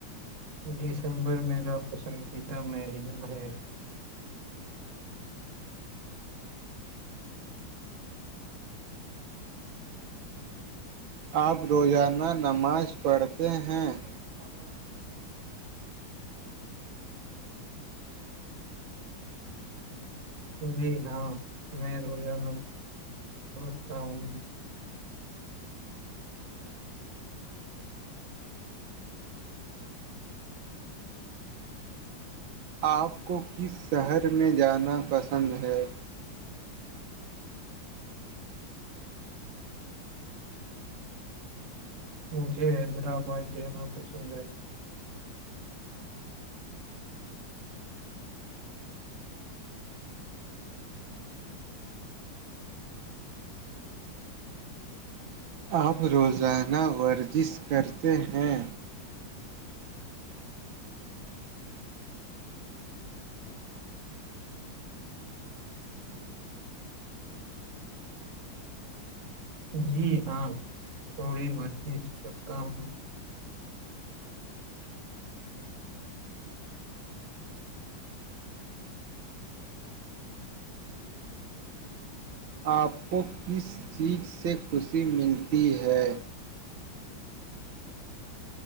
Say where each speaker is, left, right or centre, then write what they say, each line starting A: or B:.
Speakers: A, on the right; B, on the right.
A: دسمبر میرا پسندیدہ مہینہ ہے
B: آپ روزانہ نماز پڑھتے ہیں
A: ہ ہاں <inaudible> جی ہاں میں روزانان پچتا ہوں
B: آپ کو کس شہر میں جانا پسند ہے
A: مجھے حیدرآباد جانا پسند ہے
B: آپ روزانہ ورزش کرتے ہیں
A: جی ہاں تھوڑی مرش کرتا ہوں
B: آپ کو کس چیز سے خوشی ملتی ہے